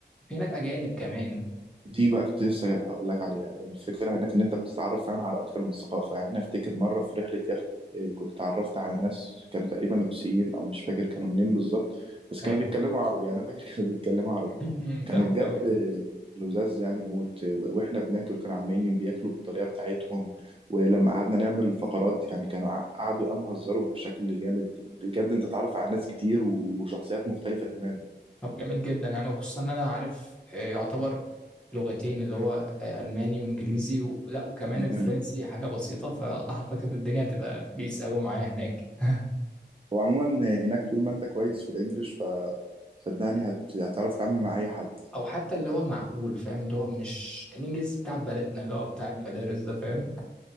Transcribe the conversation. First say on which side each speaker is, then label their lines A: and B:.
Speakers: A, in the centre; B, on the right.
A: في هناك اجانب كمان
B: دي بقى كنت لسه هقول لك عليها الفكرة هناك إن أنت بتتعرف فعلا على أكتر من ثقافة يعني أنا أفتكر مرة في رحلة يخت إيه، كنت اتعرفت على ناس كانوا تقريبا روسيين أو مش فاكر كانوا منين بالظبط بس كانوا
A: إيه.
B: بيتكلموا عربي يعني أنا فاكر <laughs> كانوا بيتكلموا عربي
A: <laughs>
B: كانوا
A: ضحك
B: بجد
A: قوي
B: آه، لزاز يعني موت آه، و- وإحنا بناكل كانوا عمالين بياكلوا بالطريقة بتاعتهم ولما قعدنا نعمل فقرات يعني كانوا ع- قعدوا قاموا هزروا بشكل جامد بجد أنت تتعرف على ناس كتير و- وشخصيات مختلفة تماما
A: طب جميل جدا يعني وخصوصا ان انا عارف آه، يعتبر لغتين اللي هو آه، الماني وانجليزي و... لا وكمان الفرنسي
B: جامد
A: حاجه بسيطه فاعتقد الدنيا هتبقى بيس قوي معايا هناك <laughs>
B: هو عموما هناك طول ما انت كويس في الانجليش ف صدقني هت... هتعرف تتعامل مع اي حد
A: او حتى اللي هو معقول فاهم اللي هو مش الانجليزي بتاع بلدنا اللي هو بتاع المدارس ده فاهم